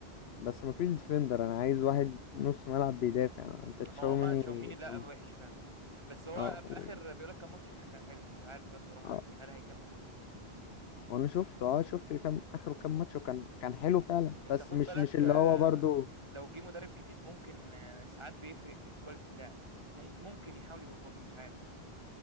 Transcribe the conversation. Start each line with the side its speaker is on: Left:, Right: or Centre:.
Left: بس مفيش ديفندر أنا عايز واحد نص ملعب بيدافع أنت تشاوميني
Right: ما هو مع تشاوميني
Left: وكم
Right: لأ وحش فعلًا آه، بس هو
Left: اه
Right: في
Left: و...
Right: آخر بيقول لك كان ماتش كان حلو، مش عارف بقى الصراحة
Left: اه
Right: يعني هل هيكمّل والّا
Left: وأنا شفته اه شفت كام آخره كام ماتش وكان كان حلو فعلا
Right: إيه؟ أنت
Left: بس
Right: خُد
Left: مش
Right: بالك
Left: مش اللي
Right: آه،
Left: هو برضو
Right: لو جِه مدرب جديد ممكن آه، ساعات بيفرق quality اللاعب، مم ممكن يحاول يضبّطه مش عارف،